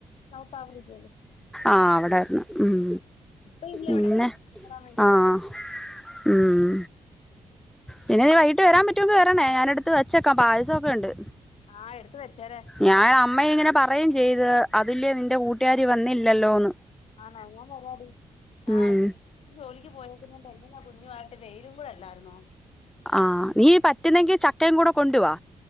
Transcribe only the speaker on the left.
സൗത്ത് ആഫ്രിക്കയില്
ഇപ്പ ഇല്ല
ഇവിടെ വരാൻ വേണ്ടി
പോയത്
ആഹ് വെച്ചേരെ
വരാം
ആണാ ഞൻ വരാടി ആഹ്
ശം ജോലിക്ക് പോയേക്കണ്ട് എങ്ങനെയാ <unintelligible> വെയിലും കൂടെ അല്ലാരുന്നോ